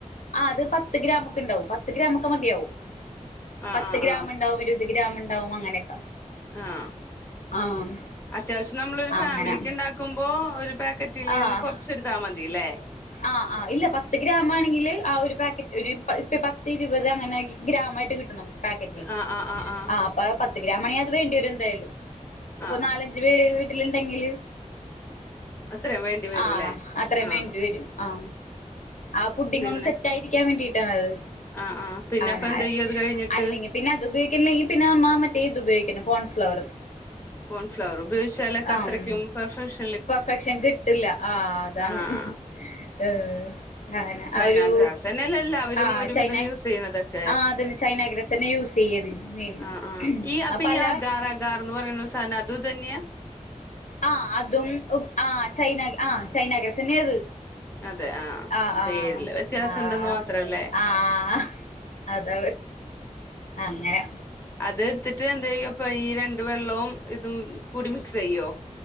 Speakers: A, on the left (about 70°); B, on the left (about 15°).
A: ആ അത് പത്ത് ഗ്രാമൊക്കെ ഉണ്ടാവും പത്ത് ഗ്രാമക്കെ മതിയാവും
B: ആഹ്
A: പത്ത്
B: ആഹ്
A: ഗ്രാമ്
B: ആഹ്
A: ഉണ്ടാവും ഒരു ഇതില് ഗ്രാമണ്ടാവും അങ്ങനെയൊക്കെ
B: ആഹ
A: ആഹ്
B: അത്യാവശ്യം നമ്മളാരു ഫാമിലിക്ക്
A: അങ്ങനെ
B: ഉണ്ടാക്കുമ്പോ പാക്കറ്റിൽന്ന്
A: ആഹ്
B: കൊറച്ചെടുത്താൽ മതില്ലേ
A: ആഹ് ആ ഇല്ല പത്ത് ഗ്രാം ആണെങ്കിൽ ആ ഒരു പാക്കറ്റ് ഒരു ഇപ്പ പത്ത് ഇരുപത് അങ്ങനെ ഗ്രാമായിട്ട് കിട്ടും നമുക്ക് പാക്കറ്റ്
B: ആഹ് ആഹ് ആഹ് ആഹ്
A: ആ പത്ത് ഗ്രാമാണെ അത് വേണ്ടിയവരുംഎന്തായാലും ഇപ്പൊ
B: ആഹ്
A: നാലഞ്ചു പേര് ഇണ്ടെങ്കില്
B: അത്രയും വേണ്ടി വരൂല്ലേ
A: ആ അത്രയും
B: ആഹ്
A: വേണ്ടി വരും ആ ആ പുഡിങ്
B: പിന്നെ
A: ഒന്ന് സെറ്റ് ആയിരിക്കാൻ വേണ്ടിട്ട് <unintelligible>
B: ആഹ് ആഹ് പിന്നെ
A: അ
B: അപ്പൊ
A: നാൻ
B: എന്ത് ചെയ്യും അത് കഴിഞ്ഞിട്ട്
A: അല്ലെങ്കിൽ പിന്നെ അത് ഉപയോഗിണില്ലെങ്കിൽ പിന്നെ മാ മറ്റേ ഇത് ഉപയോഗിക്കണം കോൺഫ്ലവർ
B: കോൺഫ്ലവർ ഉപയോഗിച്ചാലൊക്കെ
A: ആഹ്
B: അത്രയ്ക്കും പെർഫെക്ഷൻ
A: പെർഫെക്ഷൻ കിട്ടില്ല ആ അതാണ്
B: ആഹ്
A: ആഹ് ആന്നെ
B: ചൈന
A: ഒരു
B: ഗ്രാസ് തന്നെയല്ലേ എല്ലാവരും
A: ആ
B: ഒരുവിധം
A: ചൈന
B: യൂസ് ചെയ്യണതൊക്കെ
A: ആ അതന്നെ ചൈനാഗ്രാസ് തന്നെ യൂസ് ചെയ്യതിന് മെയിൻ
B: ആഹ് ആഹ് ഈ അപ്പൊ
A: അപ്പല
B: ഈ അഗാർ അഗാർന്ന് പറയുന്ന സാധനം അതുമിതന്നെയാ
A: ആ അതും ആ ചൈന ആ ചൈനാ ഗ്രാസന്നെ
B: അതെ
A: ആഹ് ആഹ്
B: പേരില് വ്യത്യാസംണ്ടെന്ന്
A: ആഹ്
B: മാത്രല്ലേ
A: ആഹ് ആഹ് അത് അങ്ങനെ
B: അതെടുത്തിട്ട് എന്തേയ്യും അപ്പ ഈ രണ്ട് വെള്ളവും ഇതും കൂടിമിക്സെയ്യോ